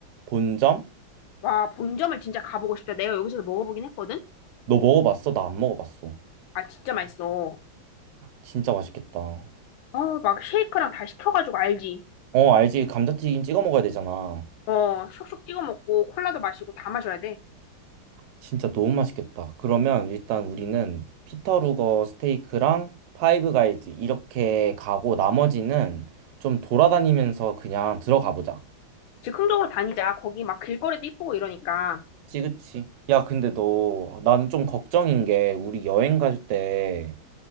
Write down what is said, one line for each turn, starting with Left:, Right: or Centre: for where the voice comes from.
Right: 본점?
Left: 와, 본점을 진짜 가보고 싶다. 내가 여기서 먹어보긴 했거든?
Right: 너 먹어봤어? 나 안 먹어봤어.
Left: 아, 진짜 맛있어.
Right: 진짜 맛있겠다.
Left: 어, 막 쉐이크랑 다 시켜가지고 알지?
Right: 어, 알지. 감자튀김 찍어 먹어야 되잖아.
Left: 어, 쇽쇽 찍어 먹고 콜라도 마시고 다 마셔야 돼.
Right: 진짜 너무 맛있겠다. 그러면 일단 우리는 피터루거 스테이크랑 파이브 가이즈 이렇게 가고 나머지는 좀 돌아다니면서 그냥 들어가 보자.
Left: 즉흥적으로 다니자. 거기 막 길거리도 이쁘고 이러니까.
Right: 그치, 그치. 야, 근데 너, 나는 좀 걱정인 게 우리 여행 갈 때